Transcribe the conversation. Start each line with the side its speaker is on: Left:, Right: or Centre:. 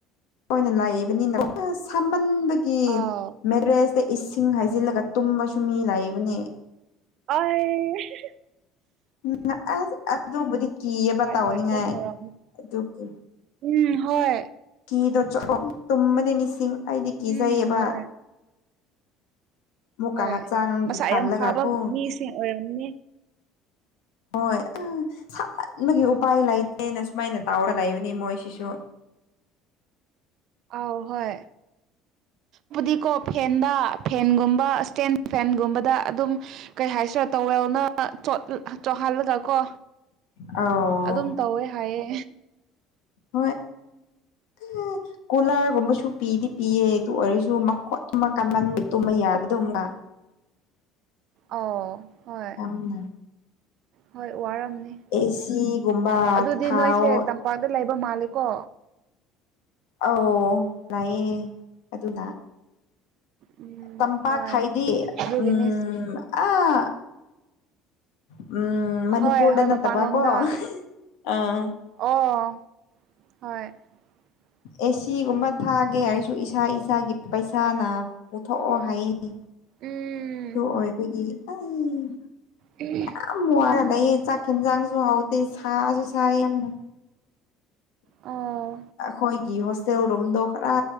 Left: ꯑꯣꯏꯅ ꯂꯥꯏꯕꯅꯤꯅ ꯁꯥꯃꯟꯕꯒꯤ
Right: ꯑꯥꯎ
Left: ꯃꯦꯔꯦꯖ ꯍꯦꯛꯇ ꯏꯁꯤꯡ ꯍꯥꯏꯖꯤꯜꯂꯒ ꯇꯨꯝꯕꯁꯨ ꯃꯤ ꯂꯩꯕꯅꯦ
Right: ꯑꯣꯏ
Left: ꯎꯝ ꯑꯁ ꯑꯗꯨꯕꯨꯗꯤ ꯀꯤꯌꯦꯕ
Right: ꯍꯣꯏ
Left: ꯇꯧꯅꯤꯡꯉꯥꯏ
Right: ꯍꯣꯏ ꯑꯗꯨꯝ ꯇꯧꯔꯝꯅꯤ
Left: ꯑꯗꯨꯒꯤ
Right: ꯎꯝ ꯍꯣꯏ
Left: ꯀꯤꯗꯣ ꯆꯣꯠꯑꯣ ꯇꯨꯝꯕꯅꯦ ꯃꯤꯁꯤꯡ ꯑꯩꯗꯤ ꯀꯤꯖꯩꯌꯦꯕ
Right: ꯎꯝ ꯍꯣꯏ
Left: ꯑꯃꯨꯛꯀ
Right: ꯍꯣꯏ
Left: ꯍꯛꯆꯥꯡꯒꯤ
Right: ꯃꯁꯥ
Left: ꯈꯜꯂꯒ
Right: ꯌꯥꯝ ꯐꯥꯕ
Left: ꯀꯣ
Right: ꯃꯤꯁꯤꯡ ꯑꯣꯏꯔꯝꯅꯦ
Left: ꯍꯣꯏ ꯑ ꯁꯥꯃꯟꯕꯒꯤ ꯎꯄꯥꯏ ꯂꯩꯇꯦꯅ ꯁꯨꯃꯥꯏꯅ ꯇꯧꯔꯒ ꯂꯩꯕꯅꯤ ꯃꯣꯏꯁꯤꯁꯨ
Right: ꯑꯥꯎ ꯍꯣꯏ ꯕꯨꯗꯤꯀꯣ ꯐꯦꯟꯗ ꯐꯦꯟꯒꯨꯝꯕ ꯏꯁꯇꯦꯟ ꯐꯦꯟꯒꯨꯝꯕꯗ ꯑꯗꯨꯝ ꯀꯩ ꯍꯥꯏꯁꯤꯔ ꯇꯧꯋꯦꯜꯅ ꯆꯣꯠ ꯆꯣꯠꯍꯜꯂꯒ ꯀꯣ
Left: ꯑꯧ
Right: ꯑꯗꯨꯝ ꯇꯧꯋꯦ ꯍꯥꯏꯌꯦ
Left: ꯍꯣꯏ <unintelligible> ꯀꯨꯂꯔꯒꯨꯝꯕꯁꯨ ꯄꯤꯗꯤ ꯄꯤꯌꯦ ꯑꯗꯨ ꯑꯣꯏꯔꯁꯨ ꯃꯈꯣꯟ ꯑꯃ ꯀꯟꯃꯟꯕꯩ ꯇꯨꯝꯕ ꯌꯥꯗꯕꯗꯣ ꯑꯃꯨꯛꯀꯥ
Right: ꯑꯧ ꯍꯣꯏ
Left: ꯌꯥꯝꯅ
Right: ꯍꯣꯏ ꯋꯥꯔꯝꯅꯤ
Left: ꯑꯦꯁꯤꯒꯨꯝꯕ
Right: ꯑꯗꯨꯗꯤ
Left: ꯊꯥꯎ
Right: ꯅꯣꯏꯁꯦ ꯇꯝꯄꯥꯛꯇ ꯂꯩꯕ ꯃꯥꯜꯂꯦꯀꯣ
Left: ꯑꯧ ꯂꯩꯌꯦ ꯑꯗꯨꯅ
Right: ꯎꯝ
Left: ꯇꯝꯄꯥꯛ
Right: ꯍꯣꯏ
Left: ꯈꯥꯏꯗꯤ
Right: ꯑꯗꯨꯒꯤꯅꯦ
Left: ꯎꯝ ꯑꯥ ꯎꯝ ꯃꯅꯤꯄꯨꯔꯗ
Right: ꯍꯣꯏ ꯍꯣꯏ ꯃꯄꯥꯟꯂꯣꯝꯗ
Left: ꯅꯠꯇꯕꯀꯣ ꯑꯥ
Right: ꯑꯣ ꯍꯣꯏ <unintelligible>
Left: ꯑꯦꯁꯤꯒꯨꯝꯕ ꯊꯥꯒꯦ ꯍꯥꯏꯔꯁꯨ ꯏꯁꯥ ꯏꯁꯥꯒꯤ ꯄꯩꯁꯥꯅ ꯑꯣꯊꯣꯛꯑꯣ ꯍꯥꯏꯌꯦ
Right: ꯎꯝ
Left: ꯇꯨꯑꯣꯏꯕꯒꯤ <unintelligible>
Right: ꯑꯍꯨꯝ
Left: ꯌꯥꯝ ꯋꯥꯔ ꯂꯩꯌꯦ ꯆꯥꯛ ꯍꯦꯟꯖꯥꯡꯁꯨ ꯍꯥꯎꯇꯦ ꯁꯥꯁꯨ ꯁꯥꯏ ꯌꯥꯝꯅ
Right: ꯑꯥ
Left: ꯑꯩꯈꯣꯏꯒꯤ ꯍꯣꯁꯇꯦꯜ ꯔꯨꯝꯗꯣ ꯈꯔ